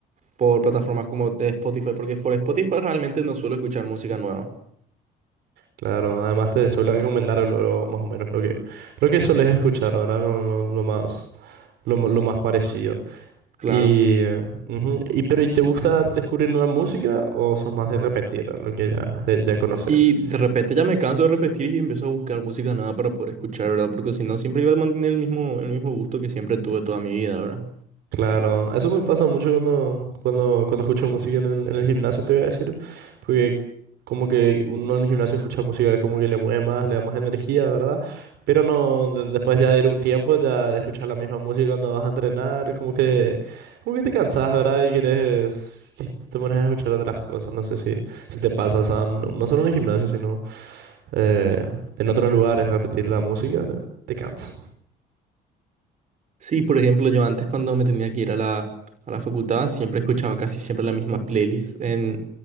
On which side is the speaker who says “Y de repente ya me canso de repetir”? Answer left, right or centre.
Right